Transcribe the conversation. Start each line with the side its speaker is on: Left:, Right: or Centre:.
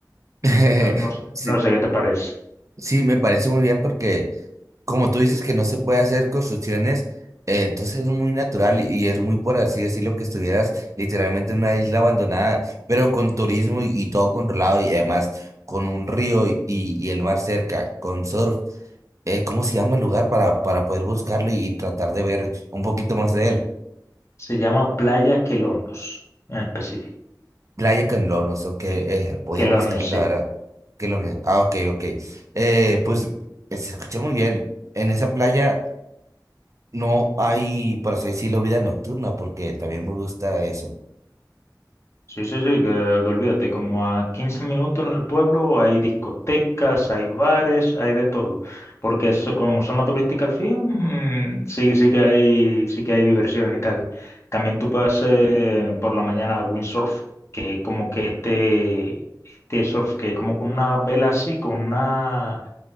Left: Mm,
Right: <laughs>
Left: No, no, s-
Right: Sí,
Left: no sé qué te parece.
Right: sí, me parece muy bien porque como tú dices que no se puede hacer construcciones, eh, entonces es muy natural y, y es muy, por así decirlo, que estuvieras literalmente en una isla abandonada, pero con turismo y, y todo controlado y además con un río y, y- y el mar cerca, con surf. Eh, ¿cómo se llama el lugar para, para poder buscarlo y tratar de ver un poquito más de él?
Left: Se llama Playa Quelonios, en específico.
Right: Playa Canlonos, ok, eh, voy
Left: Quelonios,
Right: a buscarlo
Left: sí.
Right: ahora. Que lo, ah, ok, ok. Eh, pues se escucha muy bien. En esa playa. No hay, por así decirlo, vida nocturna, porque también me gusta eso.
Left: Sí, sí, sí, que, que olvídate, como a 15 minutos en el pueblo hay discotecas, hay bares, hay de todo. Porque eso, como zona turística al fin, mm, sí, sí que hay, sí que hay diversión y tal. También tú puedes hacer por la mañana windsurf, que es como que este, este surf que es como con una vela así, con una